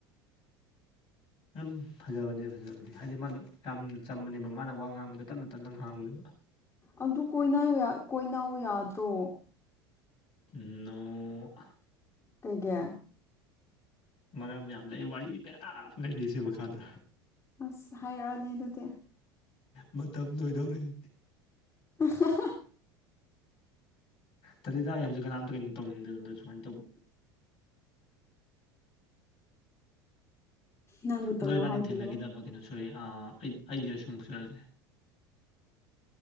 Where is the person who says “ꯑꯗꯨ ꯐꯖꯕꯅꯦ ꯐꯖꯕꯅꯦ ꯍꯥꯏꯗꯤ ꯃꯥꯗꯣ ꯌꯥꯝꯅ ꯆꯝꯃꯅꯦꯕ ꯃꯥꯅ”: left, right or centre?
Left